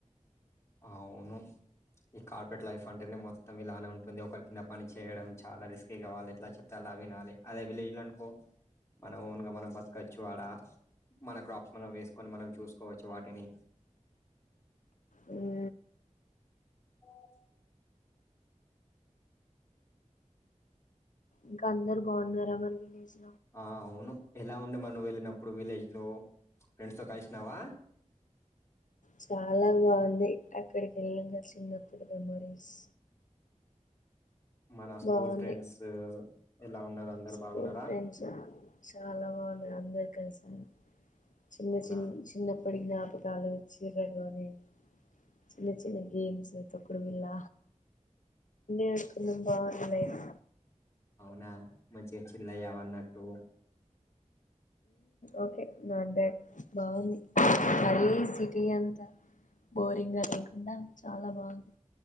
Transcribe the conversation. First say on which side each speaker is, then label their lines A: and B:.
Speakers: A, on the left; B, on the left.
A: అవును ఈ కార్పొరేట్ లైఫ్ అంటేనే మొత్తం ఇలానే ఉంటుంది ఒకరికి ఇన్న పని చేయడం చాలా రిస్కిగా వాళ్లు ఎట్లా ఎట్లా చెప్తే అలా వినాలి అదే విలేజ్ లో అనుకో మనం ఓన్ గా మనం బతకచ్చు వాడ మన క్రాప్స్ మనం వేసుకొని మనం చూసుకోవచ్చు వాటిని
B: అ
A: <inaudible>
B: ఇంకా అందరు బాగున్నారా మనసి
A: ఆ అవును ఎలా ఉండే మనం వెళ్ళినప్పుడు విలేజ్ లో ఫ్రెండ్స్ తో కలిసినావా
B: చాలా బాగుంది అక్కడికి వెళ్ళాక చిన్నప్పుడు మెమోరీస్
A: మన స్కూల్
B: బాగుంది
A: ఫ్రెండ్స్ ఎలా ఉన్నారు అందరు
B: స్కూల్
A: బాగున్నారా
B: ఫ్రెండ్స్ చాలా బాగున్నారు అందరు కలిసారు చిన్న
A: అవునా
B: చిన్న చిన్నప్పటి జ్ఞాపకాలు చీర్రలోని చిన్న చిన్న గేమ్స్ తొక్కుడు బిల్ల ఏడుకొండ బాగుంది లైఫ్
A: అవునా మంచిగా చిల్లయవన్నట్టు
B: ఓకే నాటు బ్యాడ్ బాగుంది మళ్ళి సిటీ అంతా బోరింగ్ గా లేకుండా చాలా బాగుంది